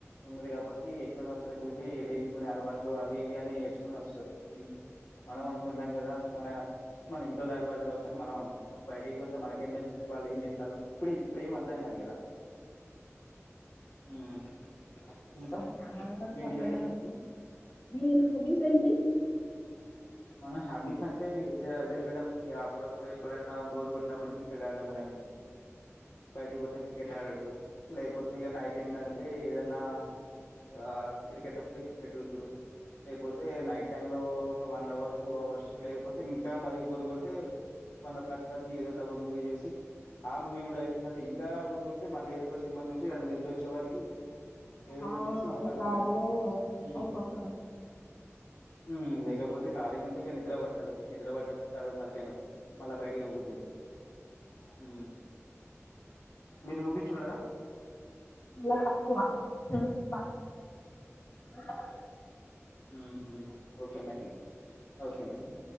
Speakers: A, on the left; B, on the left.
A: ఉన్నది కాబట్టి ఎక్కడో ఒక్కడ చూసి కొన్ని అలవాట్లు అవి ఇవి అన్ని నేర్చుకొని వస్తరు హు మనం అనుకుంటము కదా మన మన ఇంట్లోల అలవాటు కావచ్చని మనం అనుకుంటం బయటికి పోతే మనకేం తెలుత్తది ఈ వాళ్ల ఏం చేత్తాళ్లు ఇప్పుడు ఇది ఇప్పుడు ఏం అర్థం కాదు కదా ఉహు ఇంకా
B: చాలా వరకు
A: ఇంకేంటి
B: అట్లనే
A: మేడం ఉ
B: మీ హాబీస్ ఏంటి
A: మన హ్యాబిట్స్ అంటే ఇగ అదే మేడం ఇగ అప్పుడప్పుడు ఎప్పుడైనా బోర్ కొట్టినప్పుడు క్రికెట్ ఆడటం కానీ బయటకి పోతే క్రికెట్ ఆడుడు లేకపోతే ఇగ నైట్ అయిందంటే ఏదన్నా ఇగ క్రికెట్ వస్తే క్రికెట్ చూసుడు లేకపోతే నైట్ టైమ్ లో ఒక వన్ అవర్ టూ అవర్స్ లేకపోతే ఇంకా మరీ బోరు కొడితే వన్ ఓ క్లాక్ వరకి ఏదన్నా ఒక మూవీ చూసి ఆ మూవీ గుడా దంటే ఇంకా బోరు కొడితే మళ్ళీ ఏదో ఒక సినిమా చూసి అది నిద్ర వచ్చే వరికి ఏదో ఒకటి
B: అవును
A: చూసి
B: ఇంకా
A: పాడుకుంటా
B: అదే
A: హు
B: అయిపోతుంది
A: హు లేకపోతే ఖాళీగుంటె ఇగ నిద్ర పట్ట పట్టదు నిద్ర పట్టకపోతే అదొ ఓ తలకాయ నొప్పి మళ్ళా బయటికి పో బుద్ధి అయితది హు మీరు మూవీస్ చూడరా
B: చాలా తక్కువ <unintelligible> ఆహా
A: ఉహు ఓకే మేడం ఓకే మేడం